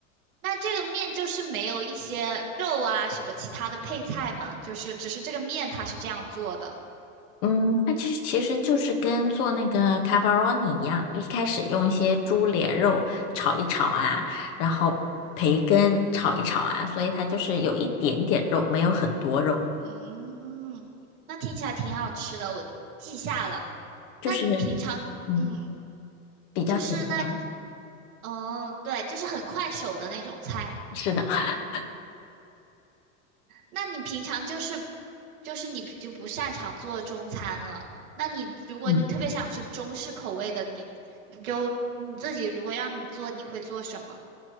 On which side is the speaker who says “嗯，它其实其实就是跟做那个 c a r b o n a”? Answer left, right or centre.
Left